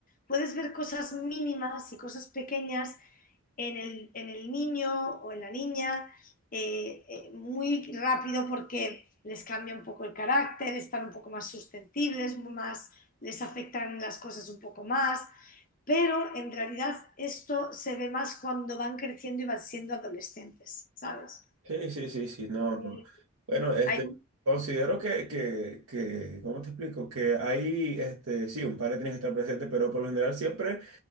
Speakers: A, on the left; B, on the right.
A: puedes ver cosas mínimas y cosas pequeñas en el, en el niño o en la niña eh, eh, muy rápido porque les cambia un poco el carácter, están un poco más susceptibles, más, les afectan las cosas un poco más, pero en realidad esto se ve más cuando van creciendo y van siendo adolescentes, ¿sabes?
B: Sí, sí, sí, sí, no,
A: Eh,
B: no. Bueno, este,
A: ahí
B: considero que, que, que, ¿cómo te explico? Que ahí, este, sí, un padre tiene que estar presente, pero por lo general siempre...